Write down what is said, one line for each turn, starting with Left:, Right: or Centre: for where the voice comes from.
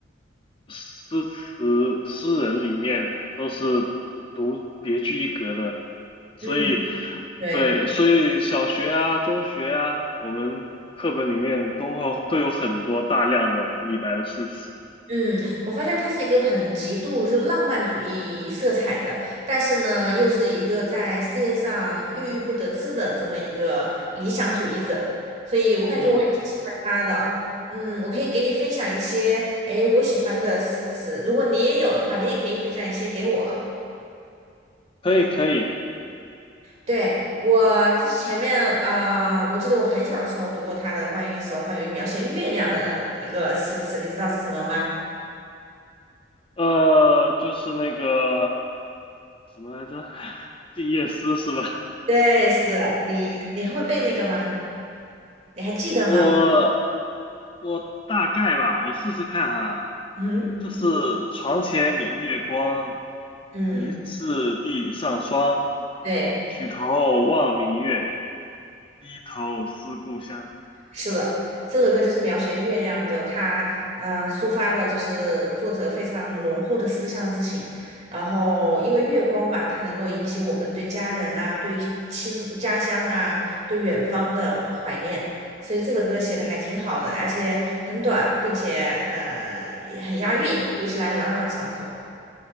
Left: 诗词诗人里面都是独别具一格的，所以
Right: 嗯，对，
Left: 对，所以小学啊、中学啊，我们课本里面都会都有很多大量的李白的诗词。
Right: 嗯，我发现他是一个很极度就浪漫主义色彩的，但是呢，又是一个在事业上郁郁不得志的这么一个理想主义者，所以我感觉我还挺喜欢他的。
Left: 嗯，
Right: 嗯，我可以给你分享一些，诶，我喜欢的诗词，如果你也有的话，你也可以分享一些给我。
Left: 可以可以，
Right: 对，我之前面，啊，我记得我很小的时候读过他的关于一首关于描写月亮的一个诗词，你知道是什么吗？
Left: 呃，就是那个什么来着，<laughs>《静夜思》是吧？
Right: 对，是的，你你会背那个吗？你还记得吗？
Left: 我我大概吧，我试试看啊，
Right: 嗯
Left: 就是床前明月光，
Right: 嗯，
Left: 疑是地上霜，
Right: 对。
Left: 举头望明月，低头思故乡。
Right: 是的，这首歌就是描写月亮的，它嗯、呃抒发了就是作者非常浓厚的思乡之情。然后因为月光嘛，它能够引起我们对家人呐、对亲家乡啊、对远方的怀念，所以这首歌写的还挺好的，而且很短，并且呃也很押韵，读起来朗朗上口。